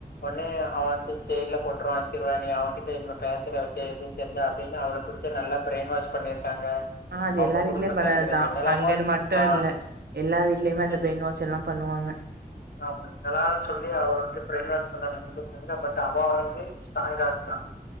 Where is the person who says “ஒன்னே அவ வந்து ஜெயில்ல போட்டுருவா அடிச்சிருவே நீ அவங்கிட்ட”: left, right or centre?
Left